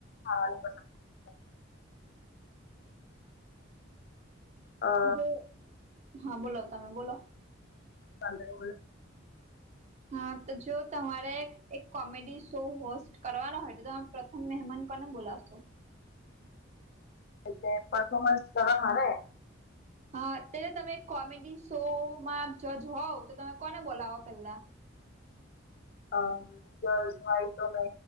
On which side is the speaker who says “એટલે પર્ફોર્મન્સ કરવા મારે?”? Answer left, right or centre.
Left